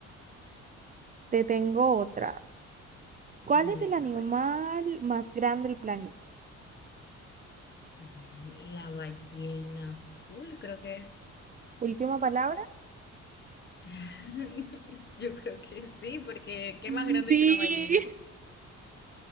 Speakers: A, on the right; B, on the left.
A: te tengo otra. ¿Cuál
B: Dime,
A: es el
B: dime,
A: animal
B: a ver.
A: más grande del planeta?
B: Mm, La ballena azul, creo que es.
A: Última palabra.
B: <laughs> Yo creo que sí, porque qué
A: Mm,
B: más grande
A: Sí,
B: que una ballena.
A: <laughs>